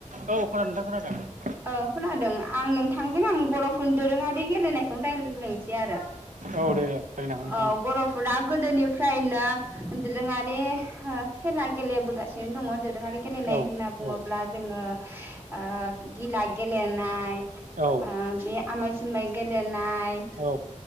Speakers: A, on the right (about 80°); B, on the right (about 15°).
A: औ खोन नोंथां खोनादों।
B: औ खोनादों आं नोंथांजों आं बर'फोर दोरोङारि गेलेनायखौनो रायलाय आरो
A: औ दे दे रायलायनो हागोन नोंथां
B: औ बर' फुरा गोदोनिफ्रायनो दोरोङारि हो खेला गेलेबोगासिनो दङ दोरोङारि गेलेनाय
A: औ
B: होनना बुङोब्ला
A: औ
B: जोङो ओ गिला गेलेनाय
A: औ
B: आ बे आमाय जुमाइ गेलेनाय
A: औ।